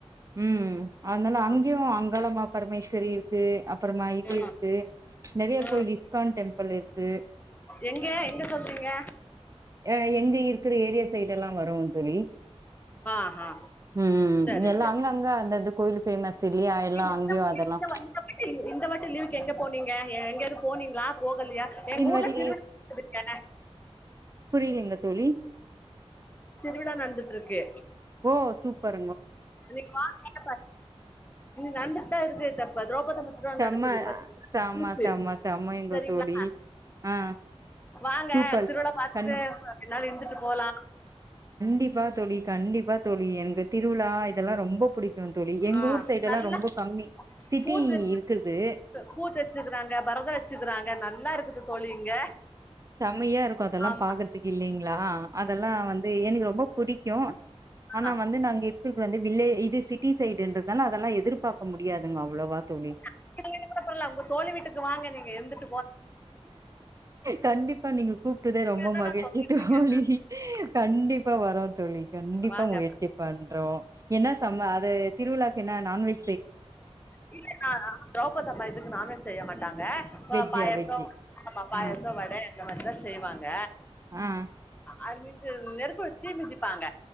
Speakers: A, on the right (about 30°); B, on the left (about 15°).
A: ம் அதனால அங்கேயு
B: ஆ
A: அங்காளம்மா பமேஸ்வரி இருக்கு, அப்புறமா இது
B: ஆ
A: இருக்கு, நெறைய
B: ஆ
A: கோயில் இஸ்கான் டெம்பிள் இருக்கு,
B: எங்க எங்க சொல்றீங்க
A: அ எங்க இருக்குற ஏரியா சைடு எல்லா வரு தோழி,
B: ஆ ஆ
A: ம்
B: சரி
A: எல்லா
B: சரி
A: அங்கங்க அந்த அது கோவில் ஃபேமஸ் இல்லையா எல்லா
B: <unintelligible>
A: அங்கேயு அதெல்லா
B: இந்த வாட்டி லீவுக்கு எங்க போனீங்க எங்கயாது போனீங்களா போ இல்லையா எங்க
A: இந்த
B: ஊர்ல
A: வாட்டி
B: திருவிழா போதுங்க
A: புரியலிங்க தோழி
B: விழா நடந்துட்டு இருக்கு
A: ஓ சூப்பர்
B: இன்னைக்கு <unintelligible> நடந்துட்டு தா இருக்கு டிசம்பர் திரௌபதம் திருவிழா
A: செம்ம
B: நடக்குது
A: செம்ம
B: கூத்து
A: செம்ம செம்மங்க
B: சரிங்ளா
A: தோழி ஆ
B: வாங்க
A: சூப்பர்
B: திருவிழா பாத்துட்டு
A: கண்
B: ரெண்டுனால் இருந்துட்டு போலா
A: டிப்பா தோழி கண்டிப்பா தோழி எங்க திருவிழா இதெல்லா ரொம்ப புடிக்கு தோழி எங்க
B: ஆ
A: ஊர் சைடு எல்லா
B: நல்லா
A: ரொம்ப கம்மி சிட்டி
B: கூத்து
A: இருக்குது
B: கூத்து வச்சுக்கறாங்க பரத வச்சுக்கறாங்க நல்ல என்னா இருக்குது தோழி இங்க
A: செமையா இருக்கும் அதெல்லாம்
B: ஆமா
A: பாக்குறதுக்கு இல்லைங்களா அதெல்லாம் வந்து எனக்கு ரொம்ப புடிக்கும் ஆனா
B: ஆ
A: வந்து நாங்க இருக்குறது வந்து வில்லே இது சிட்டி சைடுன்றதுனால அதெல்லாம் எதிர்பாக்க முடியாதுங்க அவ்ளவா தோழி
B: <unintelligible> உங்க தோழி வீட்டுக்கு வாங்க நீங்க இருந்திட்
A: கண்டிப்பா நீங்க கூப்ட்டதே ரொம்ப
B: அதா
A: மகிழ்ச்சி
B: சொல்லிட்டு
A: தோழி
B: இருக்கே
A: கண்டிப்பா வரோம் தோழி கண்டிப்பா
B: வாங்க
A: முயற்சி பண்றோம் என்ன செம்ம அது திருவிழா என்ன நான்வெ
B: இல்ல திரௌபதம்மா இதுக்கு நான்வெஜ் செய்ய மாட்டாங்க
A: வெஜ்ஜா
B: ஆ பாயசம்
A: வெஜ்ஜு
B: ஆமா
A: ஆ
B: பாயசம் வட இந்தமாரிதான் செய்வாங்க
A: ஆஹ்
B: அருள்மிகு நெருப்பு தீ மிதிப்பாங்க